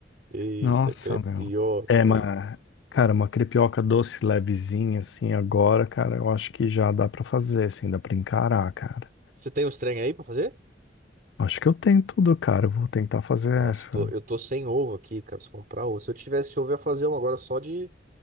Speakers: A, on the right; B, on the left.
A: Eita,
B: Nossa,
A: crepioca,
B: meu. É,
A: velho.
B: mas, cara, uma crepioca doce, levezinha, assim, agora, cara, eu acho que já dá pra fazer, assim, dá pra encarar, cara.
A: Você tem os trem aí pra fazer?
B: Acho que eu tenho tudo, cara. Eu vou tentar fazer
A: Nossa,
B: essa.
A: tô- eu tô sem ovo aqui, cara. Preciso comprar ovo. Se eu tivesse ovo, eu ia fazer um agora só de,